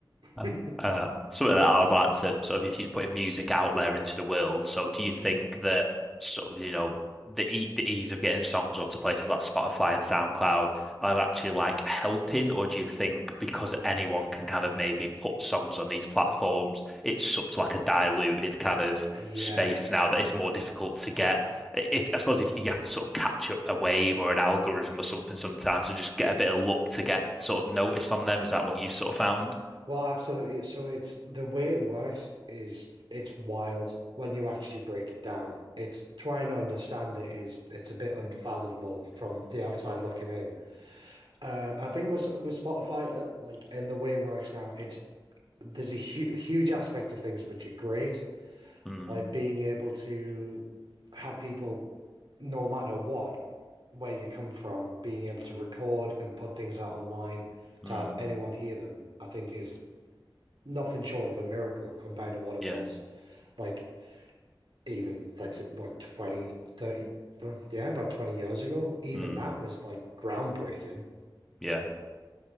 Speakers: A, in the centre; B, on the right.
A: Oh.
B: it
A: Uh, something that I would like to sort of if you're putting music out there into the world. So do you think that sort of, you know, the e the ease of getting songs onto places like Spotify and SoundCloud are actually like helping, or do you think because anyone can kind of maybe put songs on these platforms, it's such like a diluted kind of
B: <laughs> yeah
A: space now that it's more difficult to get If I suppose if you have to sort of catch a a wave or an algorithm or something sometimes and just get a bit of luck to get sort of noticed on them, is that what you've sort of found?
B: Well, absolutely. So it's the way it works is it's wild when you actually break it down. It's trying to understand it is it's a bit unfathomable from the outside looking in. Uh, I think with with Spotify, uh, like in the way it works now, it's there's a hu huge aspect of things which are great,
A: Hmm.
B: like being able to have people, no matter what, where you come from, being able to record and put things out online to
A: Mm,
B: have anyone hear them, I think is nothing short of a miracle compared to what it
A: yeah.
B: was like even let's say about 20, 30. well, yeah about 20 years ago even
A: Mm,
B: that was like groundbreaking
A: yeah.